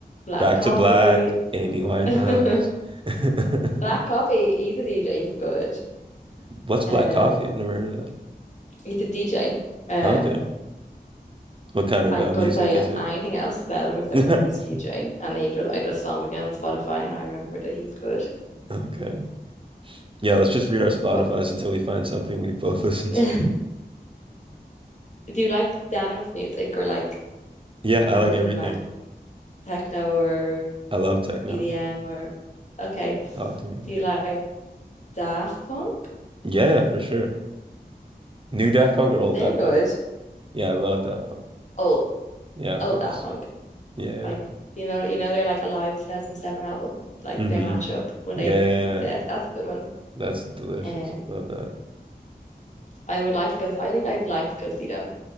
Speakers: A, on the left (about 45°); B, on the right (about 30°).
A: black
B: Back
A: coffee.
B: to Black, Amy Winehouse.
A: <laughs>
B: <laughs>
A: Black coffee, he's a DJ, he's good.
B: What's black
A: Um,
B: coffee? I've never heard of
A: he's a DJ. Um
B: Okay. What kind of
A: I
B: uh,
A: couldn't
B: music
A: tell you
B: is it?
A: anything else about him except
B: <laughs>
A: that he's a DJ, and he just I just saw him again on Spotify, and I remember that he's good.
B: Okay. Yeah, let's just read our Spotifys
A: What
B: until we find something we both <laughs> listen
A: <laughs> do
B: to.
A: you like dance music or like
B: Yeah, I
A: anything
B: like everything.
A: like techno or
B: I love techno.
A: EDM or okay?
B: Talk to me.
A: Do you like Daft Punk?
B: Yeah, yeah, for sure. New Daft Punk or old
A: They're
B: Daft
A: good.
B: Punk? Yeah, I love Daft Punk.
A: Old
B: Yeah, of
A: old
B: course.
A: Daft Punk,
B: Yeah.
A: like you know you know they're like a live 2007 album, like
B: hmm Yeah,
A: their mashup when
B: Mm-hmm.
A: they,
B: Yeah, yeah,
A: they
B: yeah.
A: that's a good one.
B: that's delicious.
A: Uh,
B: Love that.
A: I would like to go. I think I'd like to go see them.